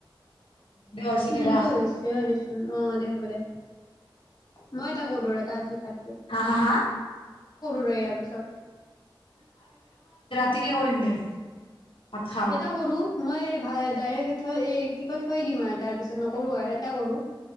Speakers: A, on the left; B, on the left.
A: দে হৈছে দে
B: সেনেকে
A: ৰাখ
B: হৈছে অ দেচোন আহ দে হ'ব দে। মই এটা কৰো তাৰ পিছত।
A: হা হা হা।
B: ইয়াৰ পিছত।
A: তিকে কৰিম দে। ভাত খাওঁ
B: এটা কৰো। মই ডাইৰেক্ট থ কি ক থৈ দিম আৰু তাৰ পিছত নকৰো আৰু এটা কৰো।